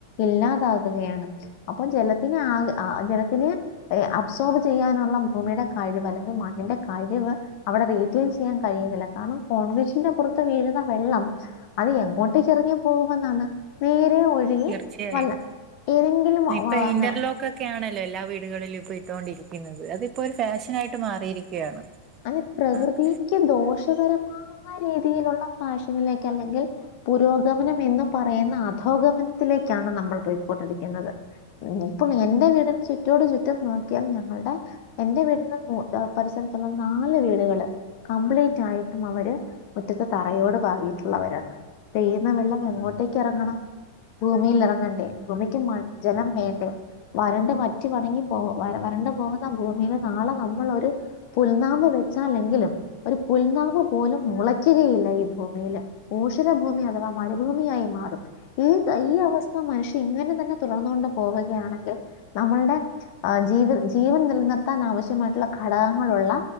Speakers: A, on the left; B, on the right.
A: ഇല്ലാതാകുകയാണ് അപ്പൊ ജലത്തിന് ആ ജലത്തിന് അബ്സോർബ് ചെയ്യാനുള്ള ഭൂമിയുടെ കഴിവ് അല്ലെങ്കിൽ മണ്ണിന്റെ കഴിവ് അവിടെ റീറ്റയിൻ ചെയ്യാൻ കഴിയുന്നില്ല കാരണം കോൺക്രീസിന്റെ പുറത്ത് വീഴുന്ന വെള്ളം അത് എങ്ങോട്ടേ ചെറകി പോകുമെന്നാണ് നേരെ ഒഴുകി
B: തീർച്ചയായും
A: വല്ല ഏതെങ്കിലും
B: ഇപ്പൊ ഇന്റർലോക്ക്
A: പിന്നെ
B: ഒക്കെ ആണ് ല്ല എല്ലാ വീടുകളിലും ഇപ്പ ഇട്ടോണ്ടിരിക്കുന്നത് അത്പ്പോ ഒരു ഫാഷനായിട്ട് മാറിയിരിക്കുകയാണ്
A: അതെ പ്രകൃതിക്ക്
B: ആക്കും
A: ദോഷകരമാക രീതിയിലുള്ള ഫാഷനിലേക്ക് അല്ലെങ്കിൽ പുരോഗമനം എന്ന് പറയുന്ന അധോഗമനത്തിലേക്ക് ക്കാണ് നമ്മൾ പോയിക്കൊണ്ടിരിക്കുന്നത് ഇപ്പൊ എൻന്റെ വീടിന് ചുറ്റോട് ചുറ്റും നോക്കിയാൽ ഞങ്ങളുടെ എൻറെ വീടിന്ന് പരിസര നാല് വീടുകള് കംപ്ലീറ്റ് ആയിട്ടും അവര് മുറ്റത്തെ തറയോട് പാകിട്ടുള്ളവരാണ് പെയ്യുന്ന വെള്ളം എങ്ങോട്ടേക്ക് ഇറങ്ങണം ഭൂമിയിൽ ഇറങ്ങണ്ടേ ഭൂമിക്ക് ജലം വേണ്ടേ വരണ്ട് മറ്റി വണങ്ങി പോ വ വരണ്ട് പോകുന്ന ഭൂമിൽ നാളെ നമ്മളൊരു പുൽനാമ്പ് വെച്ചാലെങ്കിലും ഒരു പുൽനാമ്പ് പോലും മുളയ്ക്കുകയില്ല ഈ ഭൂമിയിൽ ഭൂമി അഥവാ മരുഭൂമിയായി മാറും ഈ ഈ അവസ്ഥ മനുഷ്യ ഇങ്ങനെ തന്നെ തുടർന്നോണ്ട് പോ വുകയാണെങ്കിൽ നമ്മളുടെ ജീവ ജീവൻ നിലനിർത്താൻ ആവശ്യമായിട്ടുള്ള ഘട ളുള്ള